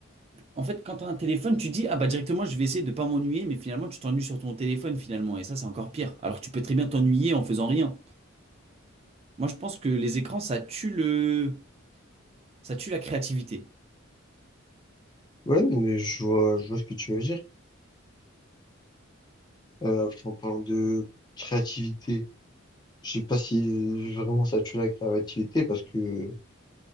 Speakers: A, on the right; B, on the left.
A: En fait, quand tu as un téléphone, tu dis, ah bah directement, je vais essayer de pas m'ennuyer, mais finalement, tu t'ennuies sur ton téléphone finalement, et ça, c'est encore pire. Alors que tu peux très bien t'ennuyer en faisant rien. Moi, je pense que les écrans, ça tue le... ça tue la créativité.
B: Ouais, non, mais je vois, je vois ce que tu veux dire. Euh, après, en parlant de créativité. Je sais pas si vraiment ça tue la créativité parce que,